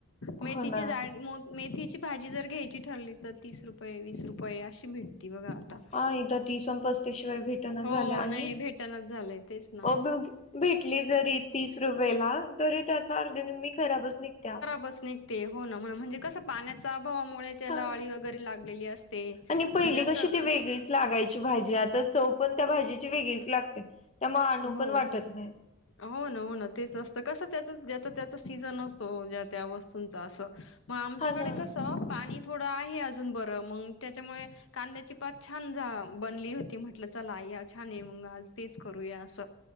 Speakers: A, on the left; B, on the left.
A: मेथीचीच
B: हो ना
A: आज मेथीची भाजी जर घ्यायची ठरली तर तीस रुपये वीस रुपये अशी भेटती बघा आता.
B: पहा एकदा तीस आणि पस्तीस त्याशिवाय भेटण
A: हो
B: झाल्या आणि
A: नाही भेटणच झालंय तेच ना
B: अ भेटली जरी तीस रुपयेला तरी त्यात अर्धी निमी खराबच निघत्या.
A: बस निघते हो ना म्हण म्हणजे कस पाण्याच्या अभावामुळे त्याला
B: हा
A: अळी वगैरे लागलेली असते ते
B: आणि पहिली
A: म्हणजे असं.
B: <unintelligible> वेगळीच लागायची भाजी आता चव पण त्या भाजीची वेगळीच लागते. त्यामुळे आणू
A: हो
B: पण वाटत
A: हो.
B: नाही
A: हो ना हो ना तेच असतं कसं त्याच ज्याचा त्याचा सीजन असतो ज्या त्या वस्तूंचा असं मग आमच्याकडे
B: हा ना
A: कसं पाणी थोडं आहे अजून बरं मग त्याच्यामुळे कांद्याची पात छान बनली होती म्हटलं चला या छान आहे मग आज तेच करूया. स